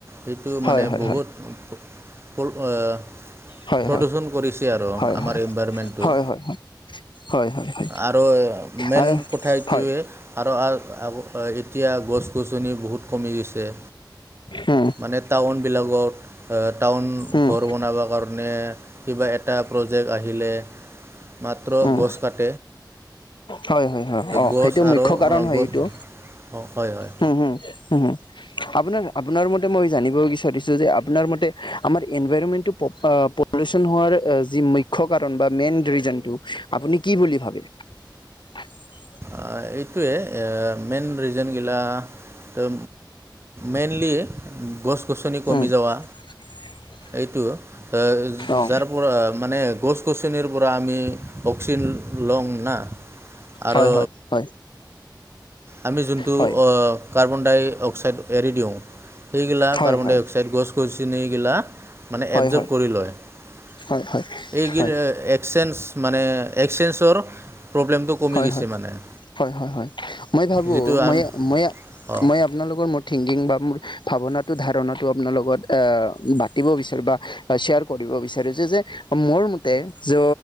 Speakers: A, on the right (about 30°); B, on the left (about 80°).
A: সেইটো
B: হয়
A: মানে
B: হয়
A: বহুত
B: হয়
A: পুল <unintelligible> ‌
B: হয় হয়
A: পদূশ্যন কৰিছে আৰু
B: হয় হয়
A: আমাৰ এনভাৰমেণ্টো।
B: হয় হয় হয়, হয়, হয়।
A: আৰু মেইন
B: হয় আৰু
A: কথা এইটোৱে।
B: হয়
A: আৰু আৰ <unintelligible> এতিয়া গছ-গছনি বহুত কমি গৈছে।
B: অ'।
A: মানে টাউনবিলাকত আহ টাউন
B: উম
A: ঘৰ বনাবৰ কাৰণে কিবা এ টা প্ৰজেক্ট আহিলে মাত্ৰ
B: উম
A: গছ কাত
B: হয় হয় হয় অ
A: গছ
B: সেইটো মুখ্য
A: আৰু
B: কাৰণ হয়
A: গছ
B: এইটো
A: হয় হয়
B: হুম হুম হু হু আপোনাৰ আপোনাৰ মতে মই জানিব বিচাৰছো যে আপোনাৰ মতে আমাৰ এনভাইৰমেন্টটো প আ প পলিউশ্যন হোৱাৰ আ যি মূখ্য কাৰণ বা মেইন ৰিজনটো আপুনি কি বুলি ভাবে? <inaudible>
A: আহ এইটোৱে মেইন ৰিজন গিলা তো মেইনলি গছ-গছনি কমি
B: উম
A: যাৱা
B: <inaudible>
A: এইটো আ
B: অ
A: যাৰ পৰা মানে গছ-গছনিৰ পৰা আমি অক্সি লং না আৰু
B: হয় হয় হয়
A: আমি যোনটো
B: হয়
A: অ কাৰ্বন-ডাই-অক্সাইড এৰি দিওঁ সেইবিলাক
B: হয়
A: কাৰ্বন-
B: হয় হয়
A: ডাই-অক্সাইড গছ গছনি গিলা মানে
B: হয়
A: এবজৰ্ব
B: হয়
A: কৰি লয়
B: হয়
A: এইবিলা
B: হয়
A: এ এক্সচেঞ্জ মানে এক্সচেঞ্জৰ প্ৰব্লেমটো কমি
B: হয়
A: গৈছে
B: হয়
A: মানে
B: হয় হয় হয় মই ভাবো
A: যিটো
B: ময়া
A: আম
B: ময়া
A: অঁ
B: ময়া আপোনা লগত মোৰ থিংকিং বা মোৰ ভাৱনাটো ধাৰণাটো আপোনাৰ লগত আ বাতিব বিচাৰে বা হয় শ্বেয়াৰ কৰিব বিচাৰিছো যে মোৰ মতে য